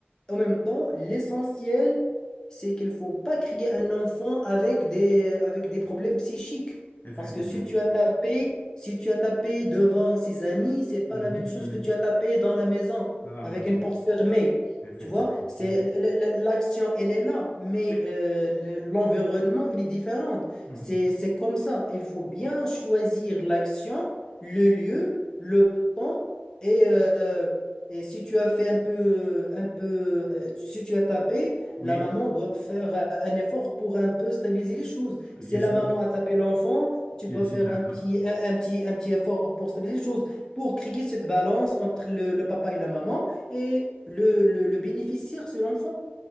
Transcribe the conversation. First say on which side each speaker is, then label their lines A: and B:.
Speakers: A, on the left; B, on the left.
A: en même temps, l'essentiel, c'est qu'il faut pas créer un enfant avec des, avec des problèmes psychiques.
B: Effectivement.
A: Parce que si tu as tapé, si tu as tapé devant ses amis, c'est pas
B: Mhm.
A: la même chose
B: Mhm.
A: que tu as tapé dans la maison
B: Dans la
A: avec
B: maison.
A: une porte fermée.
B: Effectivement.
A: Tu vois, c'est
B: Mhm.
A: l- l- l- l'action, elle est là, mais
B: Oui.
A: euh, le- l'environnement, il est différent.
B: Mhm.
A: C'est, c'est comme ça. Il faut bien choisir l'action, le lieu, le temps et euh, et si tu as fait un peu, un peu, euh, si tu as tapé,
B: Oui.
A: la maman doit faire euh, un effort pour un peu stabiliser les choses.
B: Je
A: Si
B: suis,
A: la maman a tapé l'enfant, tu
B: je
A: dois
B: suis
A: faire
B: d'accord.
A: un petit, un, un petit, un petit effort pour stabiliser les choses, pour créer cette balance entre le, le papa et la maman et le, le, le bénéficiaire, c'est l'enfant.